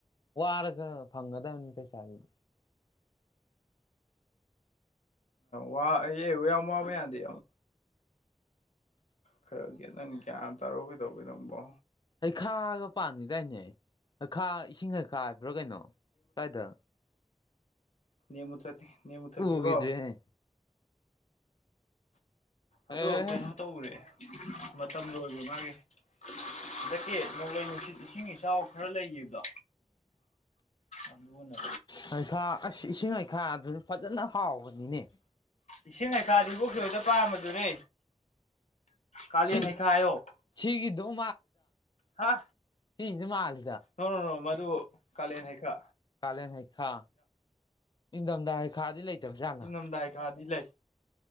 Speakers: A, on the left; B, on the left.
A: ꯋꯥꯔꯒ ꯐꯪꯒꯗꯕꯅꯤ ꯄꯩꯁꯥꯗꯨꯗꯤ
B: ꯋꯥ ꯌꯥꯝ ꯋꯥꯕ ꯌꯥꯗꯤ ꯈꯔꯒꯤ ꯅꯪ ꯒ꯭ꯌꯥꯟ ꯇꯥꯔꯣ ꯀꯩꯗꯧꯕꯧꯕꯦ ꯅꯪꯕꯣ
A: ꯍꯩꯈꯥꯒ ꯄꯥꯟꯈꯤꯗꯥꯏꯅꯦ ꯍꯩꯈꯥ ꯏꯁꯤꯡ ꯈꯩꯈꯥ ꯍꯥꯏꯕ꯭ꯔꯥ ꯀꯩꯅꯣ ꯀꯏꯗ
B: ꯅꯃ ꯊ ꯅꯃ ꯊꯀꯤꯀꯣ
A: ꯎꯈꯤꯗ꯭ꯔꯦꯅꯦ ꯑꯦ
B: ꯑꯗꯨ ꯀꯩꯅꯣ ꯇꯧꯨꯔꯦ ꯃꯇꯝꯗꯣ ꯑꯣꯏꯕ ꯃꯥꯒꯤ ꯍꯟꯗꯛꯀꯤ ꯅꯣꯡꯂꯩ ꯅꯨꯡꯁꯤꯠ ꯏꯁꯤꯡ ꯏꯆꯥꯎ ꯈꯔ ꯂꯩꯈꯤꯕꯗꯣ ꯑꯗꯨꯅ
A: ꯑꯩꯩꯈꯥ ꯑꯁ ꯏꯁꯤꯡ ꯂꯩꯩꯈꯥꯗꯨꯁꯨ ꯐꯖꯅ ꯍꯥꯎꯕꯅꯤꯅꯦ
B: ꯏꯁꯤꯡ ꯂꯩꯩꯈꯥꯗꯤ ꯄꯣꯛꯈꯤꯕꯣꯗ ꯄꯥꯝꯕꯗꯨꯔꯦ ꯀꯂꯤ
A: ꯁꯤ
B: ꯅꯅꯤꯊꯥ ꯑꯣ
A: ꯁꯤꯒꯤꯗꯧ
B: ꯍꯥ
A: ꯁꯤꯗꯤꯃꯜ
B: ꯅ ꯃꯗꯨ ꯀꯥꯂꯦꯟ ꯍꯥꯏꯀ
A: ꯀꯥꯂꯦꯟ ꯍꯩꯈꯥ ꯏꯪꯊꯝꯊꯥ ꯍꯩꯈꯥꯗꯤ ꯂꯩꯇꯕ ꯖꯥꯠꯂꯥ
B: ꯏꯪꯊꯝꯗꯥꯏ ꯈꯥꯗꯤ ꯂꯩ